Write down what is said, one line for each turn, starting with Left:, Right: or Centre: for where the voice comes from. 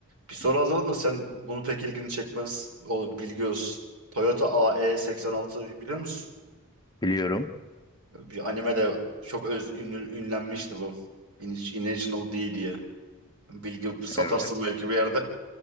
Right: Bir soru
Left: Hı.
Right: hazırladım da sen bunu pek ilgini çekmez. O bilgi olsun. Toyota AE86 biliyor musun?
Left: Biliyorum.
Right: Bir animede çok öz ünlü, ünlenmişti bu. In- International D diye. Bilgi satarsın
Left: Evet.
Right: belki bir yerde.